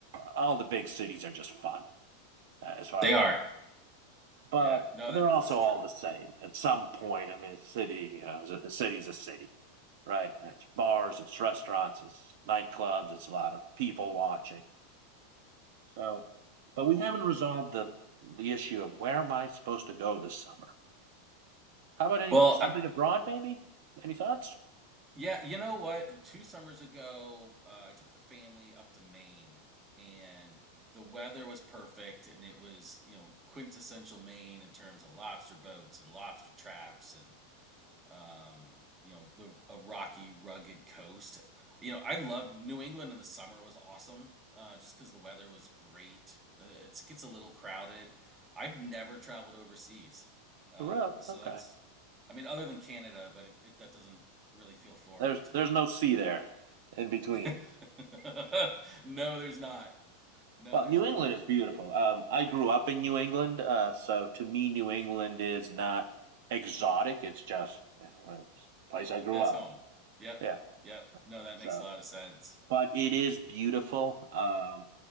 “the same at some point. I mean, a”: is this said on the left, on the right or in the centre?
Right